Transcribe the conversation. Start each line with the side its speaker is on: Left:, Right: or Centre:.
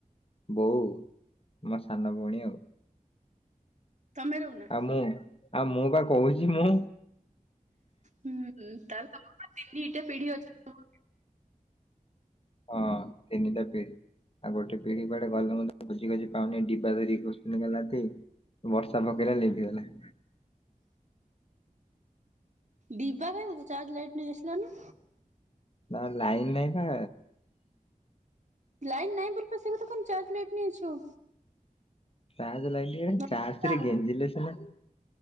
Left: ବୋଉ, ମୋ ସାନ ଭଉଣୀ ଆଉ।
Right: ତମେ ରହୁ
Left: ଆଉ ମୁଁ ଆଉ ମୁଁ ବା କହୁଛି ମୁଁ
Right: ହୁଁ ତାହେଲେ ତିନିଟା ପିଢି ଅଛନ୍ତି।
Left: ହଁ ତିନିଟା ପିଢି ଆଉ ଗୋଟେ ପିଢି କୁଆଡେ ଗଲେ ମୁଁ ବୁଝି ଡିିବା ଧରିକି ଖୋଜୁଥିଲି କାଲି ରାତି ବର୍ଷା ପକେଇଲା ଲିଭିିଗଲା।
Right: ଡିବା କାଇଁ ଚାର୍ଜ ଲାଇଟ ନେଇ ଆସିଲ ନି?
Left: ନା ଲାଇନ୍ ନାହିଁ ପା?
Right: ଲାଇଟ ନାଇଁ ବୋଲି ପା କଥା କଣ ଚାର୍ଜ ଲାଇଟ ନେଇଛ।
Left: ଚାର୍ଜ ଲାଇଟ ନୁହଁ
Right: ନଡ଼ିଶାଲ
Left: ଚାର୍ଜ ରେ ଗେଞଜିଲେ ସିନା?